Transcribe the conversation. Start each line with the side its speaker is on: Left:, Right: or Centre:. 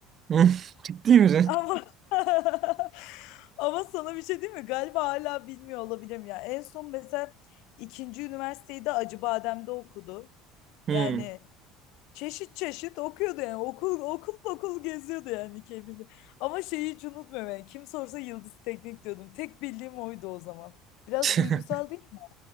Right: hı. <laughs> Ciddi misin?
Left: Ama <laughs> ama sana bir şey diyeyim mi? Galiba hala bilmiyor olabilirim ya. En son mesela ikinci üniversiteyi de Acıbadem'de okudu.
Right: Hı.
Left: Yani Çeşit çeşit okuyordu yani okul okul okul geziyordu yani Kevin'i. Ama şeyi hiç unutmuyorum yani kim sorsa Yıldız Teknik diyordum. Tek bildiğim oydu o zaman. Biraz
Right: <laughs>
Left: duygusal değil mi?